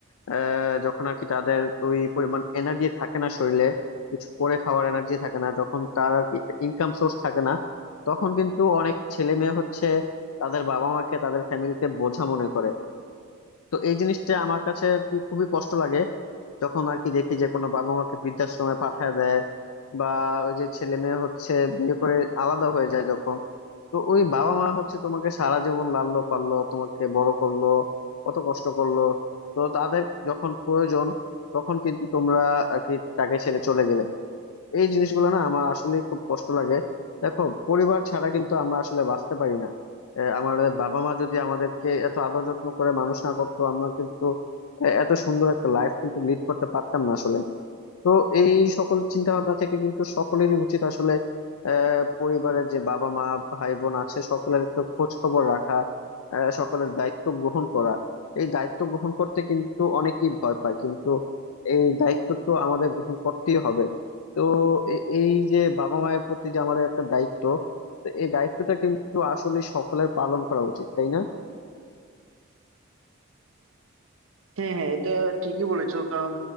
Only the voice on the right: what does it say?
হ্যাঁ হ্যাঁ এটা ঠিকই বলেছো কারণ